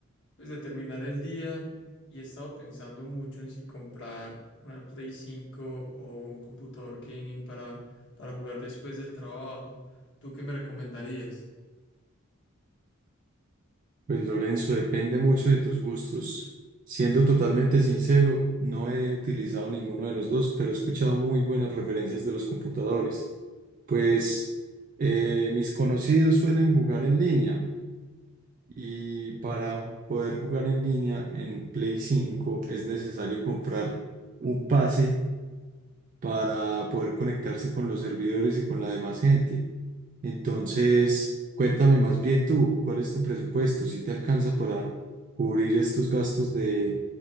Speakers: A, on the left (about 55°); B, on the right (about 35°).
A: pues, de terminar el día y he estado pensando mucho en si comprar una Play cinco o un computador gaming para, para jugar después del trabajo. ¿Tú qué me recomendarías?
B: Pues Lorenzo, depende mucho de tus gustos. Siendo totalmente sincero, no he utilizado ninguno de los dos, pero he escuchado muy buenas referencias de los computadores. Pues eh, mis conocidos suelen jugar en línea y para poder jugar en línea en Play 5 es necesario comprar un pase para poder conectarse con los servidores y con la demás gente. Entonces, cuéntame más bien tú, ¿cuál es tu presupuesto? ¿Si te alcanza para cubrir estos gastos de